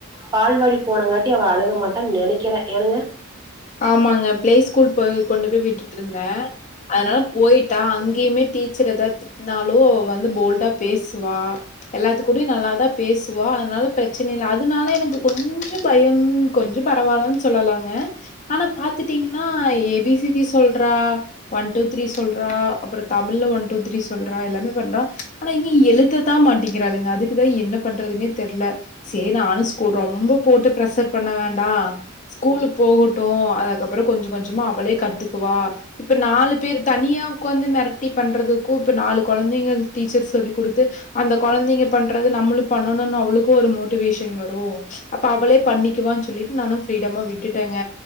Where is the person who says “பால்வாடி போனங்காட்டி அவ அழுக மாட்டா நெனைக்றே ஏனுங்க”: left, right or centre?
Right